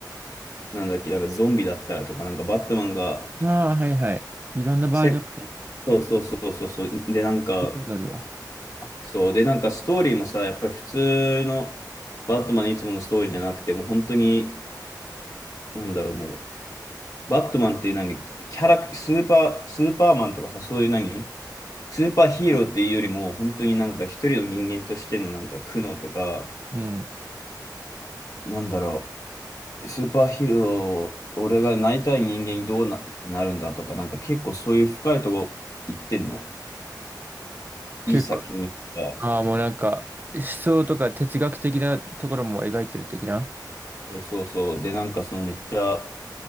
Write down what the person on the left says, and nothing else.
なんだっけ、だからゾンビだったらとか、なんかバットマンが、
せそうそうそうそうそう、で、なんか、
そう、で、なんかストーリーもさ、やっぱり普通のバットマンのいつものストーリーじゃなくて、もう本当に、なんだろう、もう、バットマンっていう何、キャラ、スーパー、スーパーマンとかさ、そういう何、スーパーヒーローっていうよりも、本当になんか一人の人間としてのなんか苦悩とか、
なんだろう、スーパーヒーロー、俺がなりたい人間にどうなってなるんだとか、なんか結構そういう深いとこ行ってんの。いい作品が。
そうそうそう。で、なんかそのめっちゃ